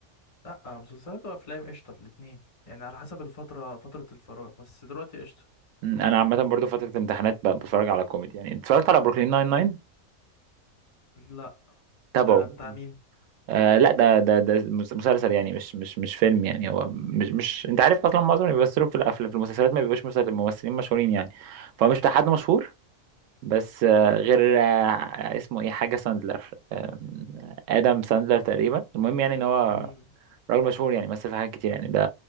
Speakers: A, on the left; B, on the right.
A: لا آه، مسلسلات وافلام قشطة الاتنين يعني على حسب الفترة فترة الفراغ بس دلوقتي قشطة
B: م، انا عامه برضو فتره امتحانات ب- بتفرج على كوميدي يعني اتفرجت على بروكلين ناين ناين
A: لا
B: تابعه
A: ده بتاع مين
B: آه لا ده ده ده مس- مسلسل يعني مش مش مش فيلم يعني هو مش مش انت عارف اصلا معظم اللي بيمثلوا في الأف- في المسلسلات ما بيبقوش مسل- ممثلين مشهورين يعني فهو مش بتاع حد مشهور بس آه، غير آه، اسمه ايه حاجة ساندلر آم، آدم ساندلر تقريبا المهم يعني ان هو
A: امم
B: راجل مشهور يعني مثل في حاجات كتير يعني ده